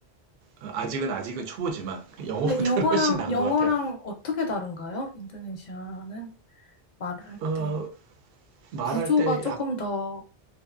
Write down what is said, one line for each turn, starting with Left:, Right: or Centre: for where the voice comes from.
Right: 어, 아직은 아직은 초보지만 영어보다는
Left: 근데 영어랑,
Right: 훨씬 나은
Left: 영어랑
Right: 것 같아요.
Left: 어떻게 다른가요? 인도네시아는 말을 할
Right: 어,
Left: 때.
Right: 말할
Left: 구조가
Right: 때
Left: 조금 더